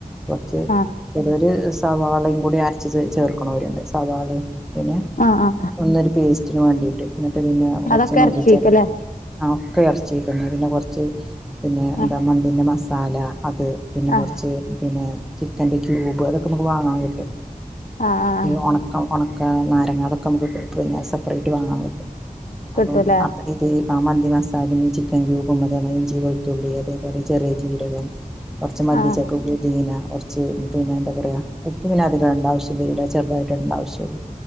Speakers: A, in the centre; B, on the left.
A: കൊറ്ച്ച്
B: ആ
A: ചെലോര് സവാളിം കൂടെ അരച്ച് ചേച്ച് ചേർക്ക്ണോര്ണ്ട് സവാളിം പിന്നെ
B: ആ ആ
A: ഒന്നൊര് പേസ്റ്റിന് വാണ്ടീട്ട് ന്ന്ട്ട് പിന്നെ കൊറ്ച്ച്
B: അതൊക്കെ
A: മല്ലിച്ചെ
B: ഇറച്ചിക്കല്ലേ
A: ആഹ് ഒക്കെ എറച്ചീക്കന്നെ പിന്നെ കൊറ്ച്ച് പിന്നെ
B: ആ
A: എന്താ മന്തിൻ്റെ മസാല അത് പിന്നെ
B: ആ
A: കൊറ്ച്ച് പിന്നെ ചിക്കൻ്റെ ക്യൂബ് അതൊക്കെ നമ്മക്ക് വാങ്ങാ കിട്ടും
B: ആ ആ
A: ഈ ഒണക്കം ഒണക്ക നാരങ്ങ അതൊക്കെ അമ്മക്ക് <unintelligible> പിന്നെ സെപ്പറേറ്റ് വാങ്ങാ കിട്ടും
B: കിട്ടൂലേ
A: അപ്പം അത് ഇത് ആഹ് മന്തി മസാലിം ഈ ചിക്കൻ ക്യൂബും അതേ മാരി ഇഞ്ചി വെള്ത്തുള്ളി അതേപോലെ ചെറിയ ജീരകം കൊറ്ച്ച് മല്ലി
B: ആ
A: ചപ്പ് പുതീന ഒറ്ച്ച് ഉം പിന്നെ എന്താ പറിയാ ഉപ്പ് പിന്നെ അധികടണ്ടാവശ്യ <unintelligible> ചെറ്തായിട്ട് ഇടണ്ടാവശ്യള്ളൂ